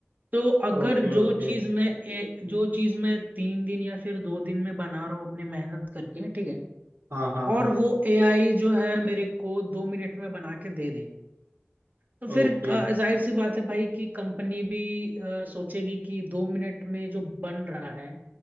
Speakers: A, on the right; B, on the right.
A: तो अगर
B: Okay
A: जो
B: okay
A: चीज मैं ए, जो चीज मैं तीन दिन या फिर दो दिन में बना रहा हूँ अपने मेहनत करके ठीक है
B: हाँ हाँ हाँ
A: और वो एआई जो है मेरे को दो मिनट में बना के दे दे तो फिर
B: ओके
A: अ, जाहिर सी बात है भाई कि कंपनी भी अ, सोचेगी कि दो मिनट में जो बन रहा है